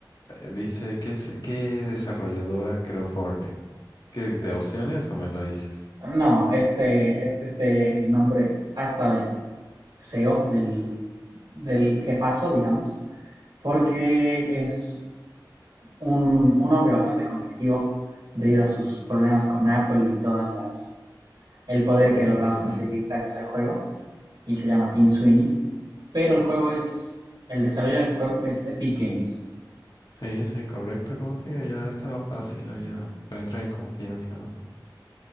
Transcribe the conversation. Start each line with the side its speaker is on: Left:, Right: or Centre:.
Left: Eh, Dice, ¿qué, es- qué desarrolladora creó Fortnite? ¿Quieres que te dé opciones o me lo dices?
Right: No, este, este es eh, el nombre hasta del CEO, del, del jefazo, digamos, porque es un, un hombre bastante conflictivo debido a sus problemas con Apple y todas las, el poder
Left: Correcto,
Right: que ha logrado
Left: sí.
Right: conseguir gracias al juego, y se llama Tim Sweeney. Pero el juego es, el desarrollo del juego es Epic Games.
Left: Sí, sí, correcto. Como te digo, ya estaba fácil, ahí ya. Pero entra en confianza, ¿no?